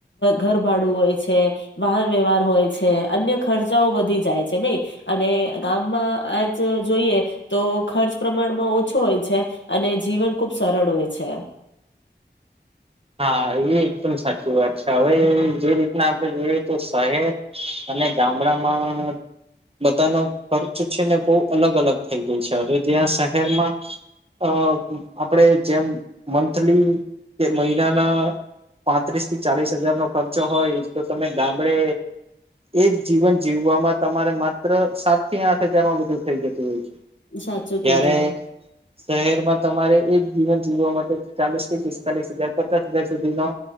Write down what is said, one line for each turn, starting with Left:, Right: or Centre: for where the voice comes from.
Left: ઘરભાડું હોય છે વાહન વ્યવહાર હોય છે અન્ય ખર્ચાઓ વધી જાય છે નહી અને ગામમાં આજ જોઈએ તો ખર્ચ પ્રમાણમાં ઓછો હોય છે અને જીવન ખૂબ સરળ હોય છે
Right: હા એ એકદમ સાચી વાત છે હવે જે રીતના આપડણે જોઈએ તો શહેર અને ગામડામાં બધાનો ખર્ચ છે ને બહ અલગ અલગ થઈ ગાય છે હવે જ્યાં શહેરમાં અ આપડે જેમ મંથલી મહિનાના પાંત્રીસ થી ચાલીસ હજાર નો ખર્ચો હોય તો તમે ગામડે એજ જીવન જીવવામાં તમારે માત્ર સાત થી આઠ હજારમાં વધુ થઈ જતું હોય છે
Left: સાચું કેધો
Right: ત્યારે શહેરમાં તમારે એક જીવન જીવવા માટે ચાલીસ કેટ લીસ હજાર પચાસ હજાર સુધીનો